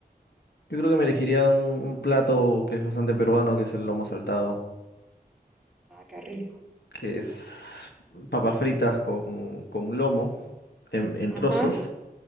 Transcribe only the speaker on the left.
yo creo que me elegiría un, un plato que es bastante peruano, que es el lomo saltado,
que es papas fritas con, con lomo en, en
trozos